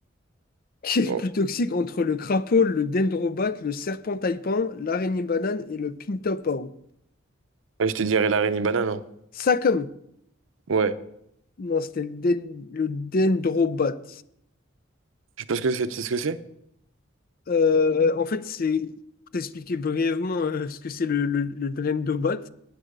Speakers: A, on the left; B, on the right.
A: <laughs> qui est
B: Bon.
A: le plus toxique entre le crapaud, le dendrobat, le serpent taipan, l'araignée banane et le pintopao?
B: Et je te dirai la reine banane. hein.
A: Ça comme.
B: Ouais.
A: Non, c'était le, den- le dendrobat.
B: Je sais pas ce que c'est. Tu sais ce que c'est?
A: Euh, en fait, c'est pour t'expliquer brièvement euh, ce que c'est le, le, le dendrobat.